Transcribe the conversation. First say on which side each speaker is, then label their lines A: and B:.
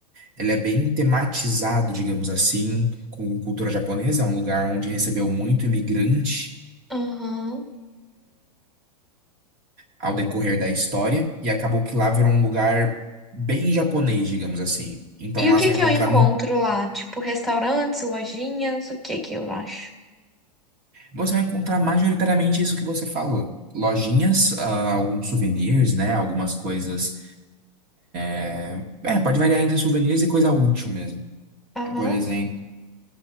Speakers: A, on the right (about 45°); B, in the centre.
A: ele é bem tematizado, digamos assim, com cultura japonesa, é um lugar onde recebeu muito imigrante
B: Aham.
A: ao decorrer da história e acabou que lá virou um lugar bem japonês, digamos assim. Então
B: E
A: lá
B: o que
A: você vai
B: que
A: encontrar
B: eu encontro lá? Tipo, restaurantes, lojinhas, o que que eu acho?
A: Você vai encontrar majoritariamente isso que você falou. Lojinhas, ah, alguns souvenirs, né? Algumas coisas. É, é, pode variar entre souvenirs e coisa útil mesmo.
B: Aham.
A: É, Por exemplo,